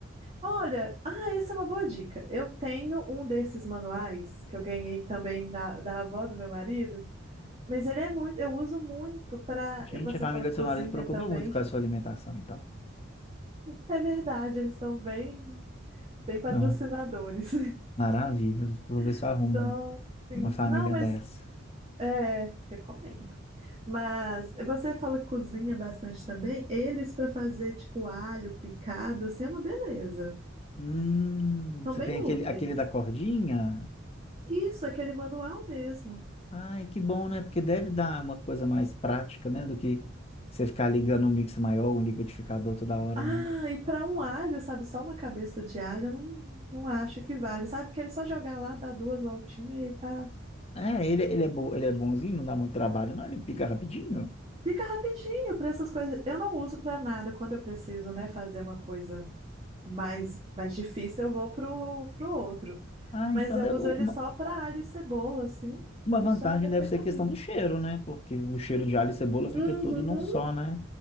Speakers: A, on the right; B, on the left.
A: Olha, ah, essa é uma boa dica. Eu tenho um desses manuais que eu ganhei também da, da avó do meu marido, mas ele é muito, eu uso muito para,
B: Gente,
A: você
B: a família
A: fala cozinha
B: do seu marido preocupa
A: também.
B: muito com a sua
A: <laughs>
B: alimentação, então.
A: É verdade, eles são bem, bem patrocinadores.
B: Então, maravilha. Vou ver se
A: <laughs>
B: eu arrumo
A: Só,
B: um-
A: sim.
B: uma família
A: Não, mas
B: dessa.
A: É, recomendo. Mas você fala que cozinha bastante também. Eles para fazer tipo alho picado, assim é uma beleza.
B: Hum,
A: São
B: você
A: bem
B: tem aquele,
A: úteis.
B: aquele da cordinha?
A: Isso, aquele manual mesmo.
B: Ai, que bom, né? Porque deve dar uma coisa mais prática, né? Do que você ficar ligando um mixer maior, um liquidificador toda hora,
A: Ah,
B: né?
A: e para um alho, sabe, só uma cabeça de alho, eu não, não acho que vale, sabe? Porque ele só jogar lá, dá duas voltinhas e tá.
B: É, ele, ele é bom, ele é bonzinho, não dá muito trabalho, não? Ele pica rapidinho.
A: Fica rapidinho para essas coisas. Eu não uso para nada quando eu preciso, né, fazer uma coisa mais, mais difícil, eu vou pro, pro outro.
B: Ah,
A: Mas
B: então
A: eu
B: deve-
A: uso
B: uma,
A: ele só para alho e cebola, assim.
B: uma
A: Funciona
B: vantagem
A: perfeitamente.
B: deve ser a questão do cheiro, né? Porque o cheiro de alho e cebola
A: Uhum.
B: fica todo num só, né?